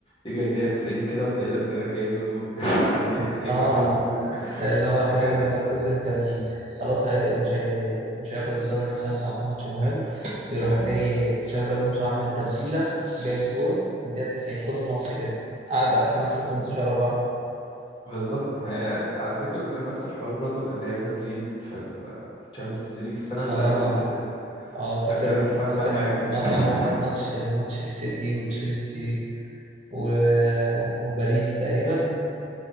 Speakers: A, on the left; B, on the right.
A: يجي الدقيقة 90 كده وتلاقي الجناح جايب له جول <laughs> على الدقيقة 90
B: اه
A: ويجيب له جول
B: اللي هو
A: فكان
B: فاهم ليفركوزن كان خلاص هي مش هي مش هياخد الدوري مثلا او في ماتش مهم يروح جاي تشابي الونسو عامل تبديله جايب جون في الدقيقه 90 كل ماتش كده قعد على خمس ست ماتشات ورا بعض
A: بالظبط ما هي على فكرة اللي كان نفس الحوار برضو كان ريال مدريد في الشامبيونز ليج السنة اللي
B: اه
A: قبل اللي فاتت
B: اه فاكر
A: ابتدت الفم
B: فاكر
A: حاجة
B: م- ما اه
A: <laughs>
B: ماتش ماتش السيتي وتشيلسي و... وباريس تقريبا